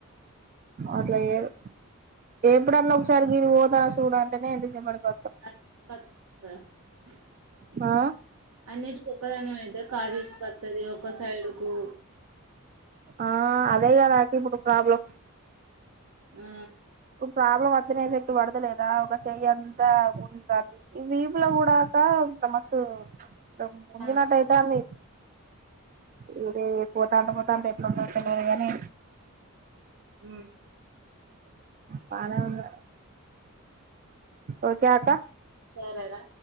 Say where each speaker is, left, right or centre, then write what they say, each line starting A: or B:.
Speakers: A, on the right; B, on the right.
A: అట్లా లేద్ ఎప్పుడన్నా ఒకసారి మీదికి పోత సూడు అంటేనే ఎంత సేపు పడత
B: ప
A: ఆ
B: అన్నిటికి ఒక్కదాని వయితే కాజేస్కొత్తది ఒక్క సైడు కు
A: ఆ అదే కదండి ఇప్పుడు ప్రాబ్లం
B: ఆ
A: ప్ ప్రాబ్లెమ్ ఎఫెక్ట్ పడుత లేదా ఒక చెయ్ అంతా ఉంటంది ఈ వీపులో గుడక మస్తు ప్చ్ ముందినట్టయితాంది
B: ఆ
A: ఇవ్డే పోతా అంట పోతా అంటే ఎట్లుండవు తిన్నారు కాని
B: ఉమ్
A: పనవులు ఓకే అక
B: సరేరా